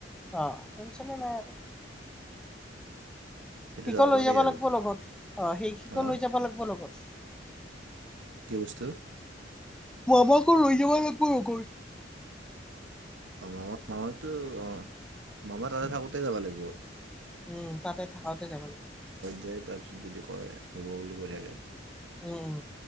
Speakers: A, in the centre; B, on the right.
A: অ টেনচনে নাই আৰু
B: সেইটো
A: শিকো লৈ
B: পাৰি
A: যাব
B: আৰু
A: লাগ ব লগত অ সেই শিকো
B: হা
A: লৈ যাব লাগ ব লগত
B: কে বস্তু
A: ম মামাকো লৈ যাব লাগ ব লগৌ
B: অ মামা মামাটো অ মামা তাতে
A: উম
B: থাকোতে যাবা লাগ ব
A: উম, তাতে থাকাকে যাবা লাগব।
B: যায় তাৰপিছত যদি কয়, হ'ব বুলি বঢ়িয়াকে
A: উম উম